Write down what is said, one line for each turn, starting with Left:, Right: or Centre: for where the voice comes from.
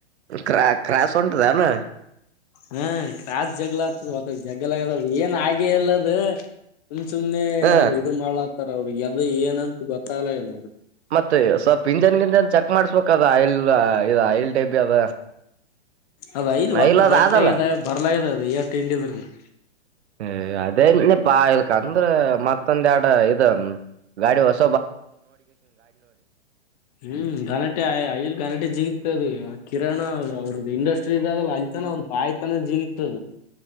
Right: ಕಾ ಕ್ರಾಸ ಉಂಟದನು
Left: ಹಾ ಕ್ರಾಸ್ ಜಗ್ಗಳ ಆಗ್ತದ ಜಗ್ಗಳ ಅದ ಏನ್ ಆಗಿ ಇಲ್ಲದ ಸುಮ್ ಸುಮ್ನೆ
Right: ಹ
Left: ಅದು ಇದು ಮಾಡ್ಲಾತಾರ ಅವ್ರರು ಎದ ಏನಂತ ಗೊತ್ತಾಗಲ ಇಲ್ಲ ಅವ್ರರು
Right: ಮತ್ತೆ ಸ್ವಲ್ಪ್ ಇಂಜನ್ ಗಿಂಜನ್ ಚೆಕ್ ಮಾಡ್ಸ್ಬೇಕ ಅದ ಆಯಿಲ್ ಇ ಆಯಿಲ್ ಟೈಬಿ ಅದ
Left: ಅದ್ ಐದು ಒಟ್ಟು
Right: ಆಯಿಲ್ ಅದ
Left: ಗಟ್ಟ
Right: ಅದಲ್ಲ
Left: ಆಗಿದೆ ಬರ್ಲದ ಅದು ಎಷ್ಟು ಹಿಂಡಿದ್ರನು
Right: ಹ ಅದೇೆ ಪಾ ಇಲ್ಕ ಅಂದ್ರ ಮತ್ತೊಂದ ಎರಡು ಇದ ಗಾಡಿ ವಸ್
Left: ಹ್ಮ್ ಗನಟೆ ಅಯಲ್ಲಿ ಗನಟೆ ಜಿಗತ ಅದು ಕಿರಣ ಅವ್ರದ್ದ ಇಂಡಸ್ಟ್ರಿ ಇದ ಅಲ್ಲಿತನ ಒಂದ್ ಬಾಯಿತನ ಜೀವಿತ್ತು ಅದು